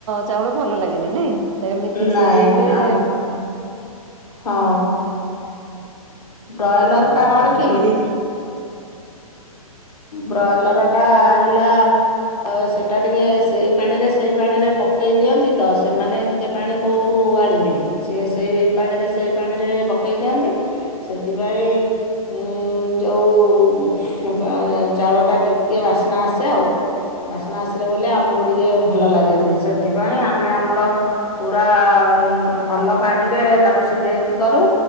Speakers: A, on the right; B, on the left.
A: ଚାଉଳ ଭଲ ଲାଗେନି ନାଇ? ତ ଏମିତି
B: ନାଇଁ
A: ସିଝେଇଲେ
B: ଆମ
A: ଉଁ।
B: ହଁ ବ୍ରଏଲର
A: ଅହୋ
B: ଟା କଣ କି?
A: ଏମିତି
B: ବ୍ରଏଲର ଟା ହେଲା। ଅ ସେଟା ଟିକେ ସେଇ ପାଣିରେ ସେଇ ପାଣିରେ ପକେଇ ଦିଅନ୍ତି ତ ସେମାନେ ଏତେ ପାଣି କୋଉଠୁ? କୁ ଆଣିବେ ସେ ସେଇ ପାଣିରେ ସେଇ ପାଣିରେ ପକେଇ ଦିଅନ୍ତି। ସେଥିପାଇଁ ଉଁ ଉଁ ଯୋଉ ଉଁ ବା ଜା ଚାଉଳଟା ଟିକେ ବାସ୍ନା ଆସେ ଆଉ। ବାସନା ଆସିଲେ ବୋଲି ଆମକୁ ଟିକେ ଭଲ ଲାଗେନି ସେଥିପାଇଁ ଆମେ ଆମର ପୁରା। ଉଁ ଭଲ ପାଣିରେ ତାକୁ ସିଝେଇକି କରୁ